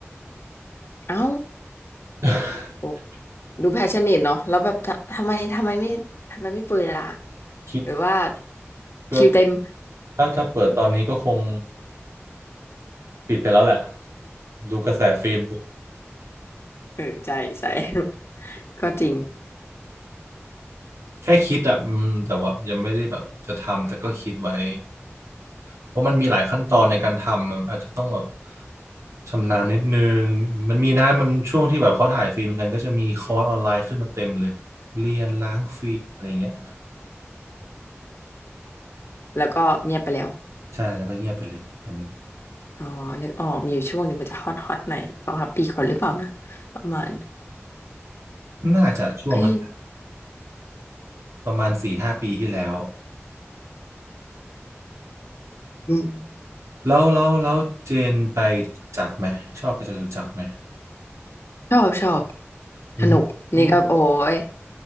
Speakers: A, on the left; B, on the right.
A: เอ้า
B: <laughs>
A: โอ้ดูแพชชั่นเนตเนาะแล้วแบบทะทำไมทำไมไม่ทำไมไม่ปืนล่ะ
B: คิด
A: หรือว่า
B: ก็
A: คิวเต็ม
B: ถ้าถ้าเปิดตอนนี้ก็คงปิดไปแล้วแหละดูกระแสฟิล์ม
A: <laughs> เออใช่ใช่ <laughs> ก็จริง
B: แค่คิดอ่ะอืมแต่ว่ายังไม่ได้แบบจะทำแต่ก็คิดไว้เพราะมันมีหลายขั้นตอนในการทำมันอาจจะต้องแบบชำนาญนิดนึงมันมีนะมันช่วงที่แบบเขาถ่ายฟิล์มกันก็จะมีคอร์สออนไลน์ขึ้นมาเต็มเลยเรียนล้างฟิล์มอะไรเงี้ย
A: แล้วก็เงียบไปแล้ว
B: ใช่แล้วก็เงียบไปเลยตอนนี้
A: อ๋อนึกออกมีอยู่ช่วงหนึ่งมันจะฮอตฮอตหน่อยสองสามปีก่อนหรือเปล่านะประมาณ
B: น่าจะช่วงนั้น
A: เอ้ย
B: ประมาณสี่ห้าปีที่แล้ว
A: อืม
B: แล้วแล้วแล้วเจนไปจตุจักรไหมชอบไปจตุจักรไหม
A: ชอบชอบ
B: อืมอืม
A: สนุกนี่ก็โอ้ย